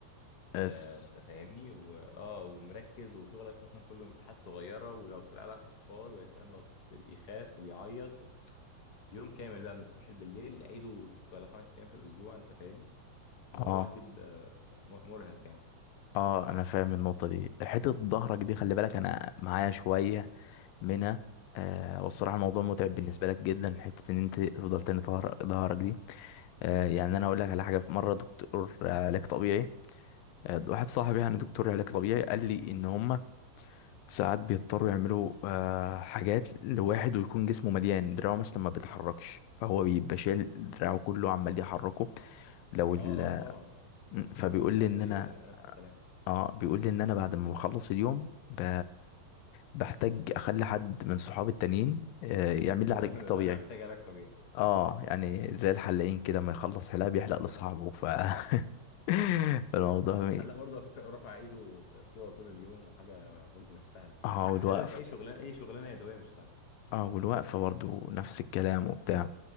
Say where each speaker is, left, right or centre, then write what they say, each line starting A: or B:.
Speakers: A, on the left; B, on the left.
A: انت
B: اس
A: انت فاهمني واه ومركز وشغلك اصلا كله مساحات صغيره ولو طلع لك اطفال ويا سلام لو طفل بيخاف وبيعيط يوم كامل بقى من الصبح بالليل عيده ست ولا خمس ايام في الاسبوع انت فاهمني الموضوع
B: اه
A: اكيد آه، م- مرهق يعني
B: اه انا فاهم النقطه دي حته ظهرك دي خلي بالك انا معايا شويه منها آه والصراحة الموضوع متعب
A: مم.
B: بالنسبة لك جدا حتة إن أنت تفضل تاني ظهر- ظهرك دي آه يعني أنا هقول لك على حاجة في مرة دكتور علاج طبيعي آه واحد صاحبي يعني دكتور
A: مم.
B: علاج طبيعي قال لي إن هما ساعات بيضطروا يعملوا آه حاجات لواحد ويكون جسمه مليان دراعه مثلا ما بيتحركش فهو بيبقى شايل دراعه كله عمال يحركه لو ال
A: اه اه طبعا اه
B: م، فبيقول
A: انا بنت خالتي
B: لي إن أنا
A: آه، نفس الكلام
B: اه بيقول لي إن أنا بعد ما بخلص اليوم ب... بحتاج أخلي حد من صحابي التانيين آه، يعمل
A: ببقى
B: لي علاج
A: انا ببقى
B: طبيعي
A: انا محتاج علاج طبيعي
B: اه يعني زي الحلاقين كده ما يخلص حلاقة بيحلق لصاحبه ف <laughs> فالموضوع
A: والحلاق
B: مي...
A: برضه على فكره رافع ايده كوع طول اليوم وحاجه برضه مش سهله
B: اه والوقف
A: خلي بالك اي شغلانه اي شغلانه يدويه مش سهله
B: اه والوقفة برضو نفس الكلام وبتاع